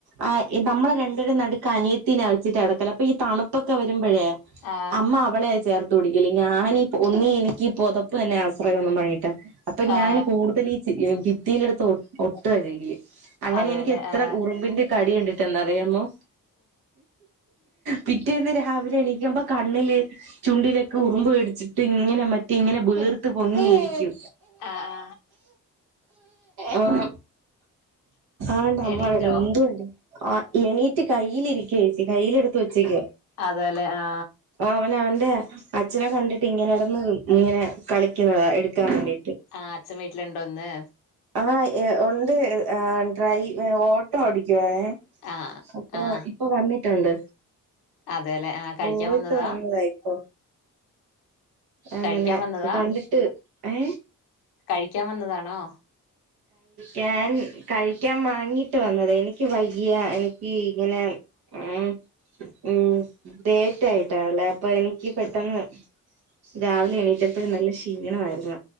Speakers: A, on the right; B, on the left.
A: ആ ഈ നമ്മള് രണ്ടുപേർടേം നടുക്ക് അനിയത്തിനെ വെച്ചിട്ടാ കെടക്കല് അപ്പൊ ഈ തണുപ്പൊക്കെ വരുമ്പഴേ
B: ആ
A: അമ്മ അവളെയാ ചേർ തുടിക്കില്ല ഞാനീ ഒന്നി എനിക്കീ പൊതപ്പ് തന്നെയാ ആശ്രയം ഒന്ന് പങ്ങിയിട്ട് അപ്പൊ ഞാൻ
B: ആ
A: കൂടുതലീ ച് ഭിത്തീടടുത്ത് ഒട്ടുവാ ശെരിക്ക് അങ്ങനെ
B: അതെല്ലേ
A: എനിക്ക് എത്ര
B: ആ
A: ഉറുമ്പിന്റെ കടി കിട്ടിട്ടൊണ്ട് അറിയാമോ പിറ്റേന്ന് രാ രാവിലെ എണീക്കുമ്പം കണ്ണില് ചുണ്ടിലൊക്കെ ഉറുമ്പ് കടിച്ചിട്ട് ഇങ്ങനെ മറ്റേ ഇങ്ങനെ വീർത്ത് വീർത്തു പൊങ്ങിയിരിക്കു
B: ആ ആ
A: ആ ആണ്ട് അമ്മ്മടടെ
B: എണീറ്റോ
A: മുന്തുണ്ടേ ആ എണീറ്റ് കയ്യിലിരിക്കേ കയ്യില എടുത്ത വെച്ചേക്ക്
B: അതെല്ലേ ആ
A: അവന അവന്റെ അച്ഛനെ കണ്ടിട്ട് ഇങ്ങനെ ഇടന്ന് ഇങ്ങനെ കളിക്കുന്നതാണ് എടുക്കാൻ വേണ്ടിട്ട്
B: ആഹ് അച്ഛൻ വീട്ടിലിണ്ടോ ഒന്ന്
A: ആ ഉണ്ട് ഡ്രൈവ ഓട്ടോ ഓടിക്കുവണേ
B: ആ
A: അപ്പൊ
B: ആ
A: ഇപ്പൊ വന്നിട്ടുണ്ട്
B: അതെല്ലെ ആ കഴിക്കാൻ
A: പോയിട്ട്
B: വന്നതാ
A: വന്നതായിക്കോ അങ്ങനെ
B: കഴിക്കാൻ വന്നതാ
A: കണ്ടിട്ട് ഏ
B: കഴിക്കാൻ വന്നതാണോ
A: ഞാൻ കഴിക്കാൻ വാങ്ങിട്ട് വന്നത് എനിക്ക് വലിയ എനിക്ക് ഇങ്ങനെ ഉ ഉം ഡേറ്റ് ആയിട്ടാല്ലേ അപ്പൊ എനിക്ക് പെട്ടെന്ന് രാവിലെ എണീറ്റപ്പോഴും നല്ല ക്ഷീണമായിരുന്നു